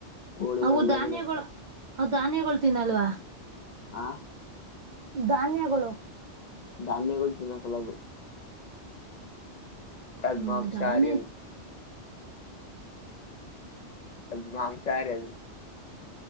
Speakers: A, on the left; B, on the right.
A: ಕೋಳಿಗಳು
B: ಅವು
A: ಎಲ್ಲ-
B: ಧಾನ್ಯಗಳು
A: ಬ
B: ಅವು ಧಾನ್ಯಗಳು ತಿನ್ನಲ್ವಾ.
A: ಆ-
B: ಧಾನ್ಯಗಳು
A: ಧಾನ್ಯಗಳು ತಿನ್ನಕಲ್ಲದು ಪದ್ಮಾಂ
B: ಹ್ಮ
A: ಸಾರ
B: ಧಾನ್ಯ
A: ಅದ ಮಾಂಸಾರ ಅದು.